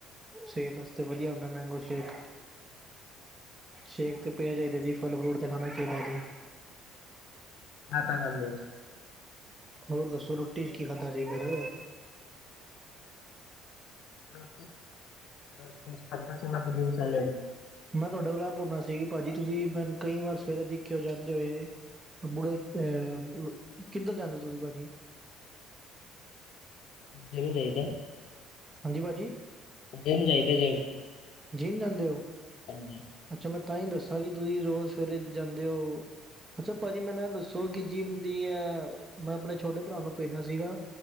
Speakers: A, on the right; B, on the left.
A: ਸੇਹਤ ਵਾਸਤੇ ਵਧੀਆ ਹੁੰਦਾ ਮੈਂਗੋ ਸ਼ੇਕ, ਸ਼ੇਕ ਤੇ ਪੀਨਾ ਚਾਹੀਦਾ ਜੀ, ਫਲ-ਫਰੂਟ ਤੇ ਖਾਨਾ ਚਾਹੀਦਾ ਜੀ।
B: ਐ ਤਾਂ ਗੱਲ ਏ।
A: ਹੋਰ ਦੱਸੋ ਰੋਟੀ 'ਚ ਕੀ ਖਾਧਾ ਸੀ ਫੇਰ?
B: ਰੋਟੀ ਰੋਟੀ ਖਾਦਾ ਸੀ ਮੈਂ ਗ੍ਰੀਨ ਸੈਲਡ।
A: ਮੈਂ ਤੁਹਾਡੇ ਕੋਲ ਏਹ ਪੁੰਨਾ ਨਹੀਂ ਭਾਜੀ ਤੁਸੀਂ ਮੈਨੂੰ ਕਈ ਵਾਰ ਸਵੇਰੇ ਦਿਖੇ ਹੋ ਜਾਂਦੇ ਹੋਏ। ਬੁਢੇ ਅਹ ਕਿੱਧਰ ਜਾਂਦੇ ਓ ਤੁਸੀਂ ਭਾਜੀ?
B: ਜਿੰਮ ਜਾਇਦਾ।
A: ਹਾਂਜੀ ਪਾਜੀ?
B: ਜਿੰਮ ਜਾਈਦਾ ਜਿੰਮ।
A: ਜਿੰਮ ਜਾਂਦੇ ਓ?
B: ਹਾਂਜੀ।
A: ਅੱਛਾ, ਮੈਂ ਤਾਂਹੀ ਦੱਸਾਂ ਕਿ ਤੁਸੀਂ ਰੋਜ਼ ਸਵੇਰੇ ਜਾਂਦੇ ਓ। ਅੱਛਾ, ਭਾਜੀ ਮੈਂਨੂੰ ਇਹ ਦੱਸੋ ਕਿ ਜਿਮ ਦੀ ਆ ਮੈਂ ਅਪਨੇ ਛੋਟੇ ਭਰਾ ਨੂੰ ਭੇਜਣਾ ਸੀਗਾ।